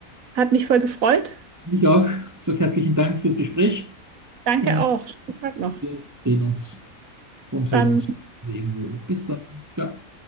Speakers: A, on the right; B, on the right.
A: Hat mich voll gefreut.
B: mich auch. so herzlichen Dank fürs Gespräch
A: Danke
B: und
A: auch. Schönen Tag noch.
B: wir sehen uns und
A: Bis dann.
B: hören uns irgendwo. Bis dann. Ciao.